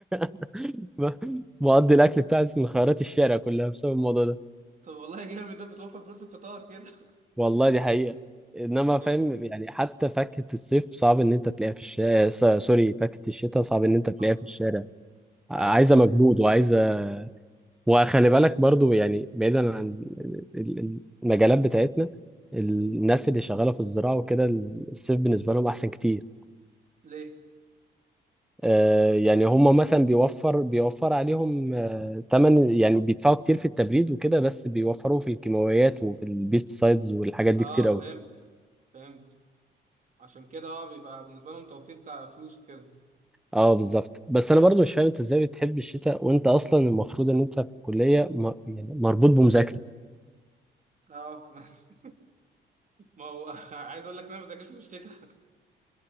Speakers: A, in the centre; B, on the right.
A: <laughs> بقضي الاكل بتاعتي من خيارات الشارع كلها بسبب الموضوع ده
B: طب والله جامد ده بتوفر فلوس الفطار كده
A: والله دي حقيقه انما
B: <laughs>
A: فاهم
B: طب
A: يعني حتى فاكهه الصيف صعب ان انت تلاقيها في الشارع سوري فاكهه الشتاء صعب ان انت تلاقيها
B: آه،
A: في الشارع عايزه
B: ايوه
A: مجهود وعايزه وخلي بالك برضو يعني بعيدا عن ال- ال- المجالات بتاعتنا الناس اللي شغاله في الزراعه وكده الصيف بالنسبه لهم احسن كتير
B: ليه
A: آه، يعني هم مثلا بيوفر بيوفر عليهم آه، تمن يعني بيدفعوا كتير في التبريد وكده بس بيوفروا في الكيماويات وفي البيست سايدز والحاجات دي
B: اه
A: كتير قوي
B: فهمت فهمت عشان كده اه بيبقى بالنسبه لهم توفير كفلوس وكده
A: اه بالظبط بس انا برضو مش فاهم انت ازاي بتحب الشتاء وانت اصلا المفروض ان انت في الكليه م... يعني مربوط بمذاكره
B: اه <laughs> ما هو <laughs> عايز اقول لك ان انا ما بذاكرش في الشتاء